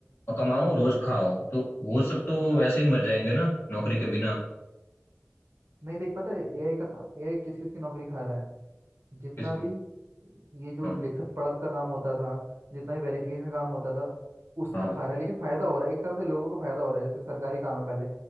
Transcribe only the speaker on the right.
हाँ
हाँ
नहीं देख पता है एआई का काम एआई किस किस की नौकरी खा रहा है जितना
भी ये जो
लिखत पढ़त का काम होता था जितना भी वेरिफिकेशन का काम होता था उसमें
खा रहा है लेकिन फायदा हो रहा है एक तरह से लोगों को फायदा हो रहा है जैसे सरकारी काम है पहले